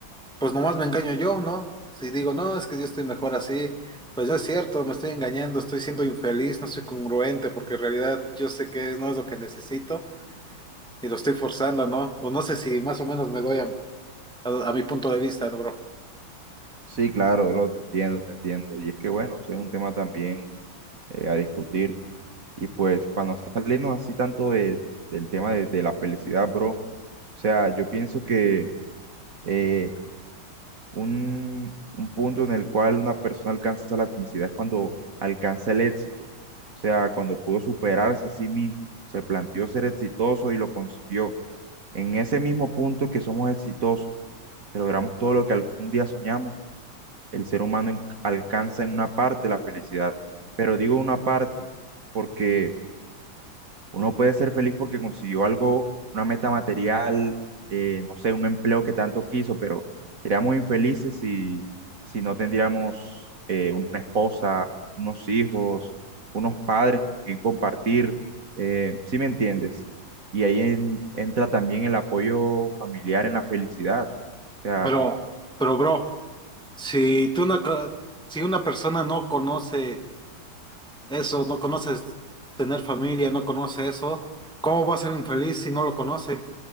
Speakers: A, in the centre; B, on the right.
A: pues nomás me engaño yo, ¿no? Si digo, no, es que yo estoy mejor así, pues no es cierto, me estoy engañando, estoy siendo infeliz, no soy congruente, porque en realidad yo sé que es- no es lo que necesito y lo estoy forzando, ¿no? O no sé si más o menos me doy a, a- a mi punto de vista, ¿no, bro?
B: Sí, claro, lo te entiendo, te entiendo. Y es que bueno, ese es un tema también eh, a discutir. Y pues para no salirnos así tanto de- del tema de, de la felicidad, bro. O sea, yo pienso que eh, un, un punto en el cual una persona alcanza la felicidad es cuando alcanza el éxito. O sea, cuando pudo superarse a sí mismo, se planteó ser exitoso y lo consiguió. En ese mismo punto que somos exitosos, que logramos todo lo que algún día soñamos el ser humano en- alcanza en una parte la felicidad, pero digo una parte porque uno puede ser feliz porque consiguió algo, una meta material, eh, no sé, un empleo que tanto quiso, pero seríamos infelices si, si no tendríamos eh, una esposa, unos hijos, unos padres con quien compartir, eh, ¿sí me entiendes? Y ahí en- entra también el apoyo familiar en la felicidad. O sea,
A: Pero, pero, bro, si tú una, ca- si una persona no conoce eso, no conoces tener familia, no conoce eso, ¿cómo va a ser infeliz si no lo conoce? O